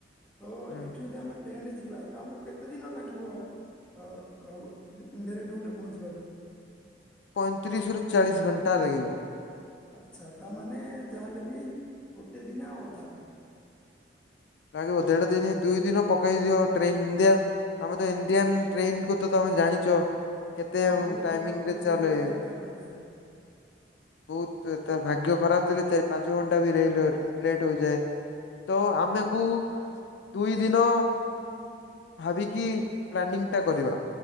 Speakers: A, in the centre; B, on the left.
A: ତ
B: ହୁଁ
A: ଏଠୁ ଯଦି ଆମେ ଟ୍ରେନ ରେ ଯିବା ତ ଆମକୁ କେତେ ଦିନ ଲାଗିବ? ଆ ଆଉ ଦେହରାଦୁନ ରେ ପହଞ୍ଚିବାକୁ ।
B: ପଇଁତିରିଶ ରୁ ଚାଳିଶ ଘଣ୍ଟା ଲାଗିବ।
A: ଆଚ୍ଛା ତାମାନୋନେ ଯାହାହେଲେ ବି ଗୋଟେ ଦିନ ଅଧା।
B: ଲାଗିବ ଦେଢ ଦିନ ଦୁଇ ଦିନ ପକେଇ ଦିବ ଆ ଟ୍ରେନ ଇଣ୍ଡିଆ ତମେ ତ ଇଣ୍ଡିଆନ୍ ଟ୍ରେନକୁୁ ତମେ ହଁ ଜାଣିଛ କେତେ
A: ହଁ ବହୁତ
B: ଟାଇମିଂରେ
A: ଧୀରେ
B: ଚାଲେ
A: ଧୀରେ ଯାତ୍ରା କରିଥାଏ
B: ବହୁତ ତ ଏତ ଭାଗ୍ୟ ଖରାପ ଦେଲେ ଚାରି ପାଞ୍ଚ ଘଣ୍ଟା ବି ରେଲୱେ ଲେଟ୍ ହେଇଯାଏ ତ ଆମେ ମୁଁ ଦୁଇ ଦିନ ଭାବିକି ପ୍ଲାନିଂଟା କରିବା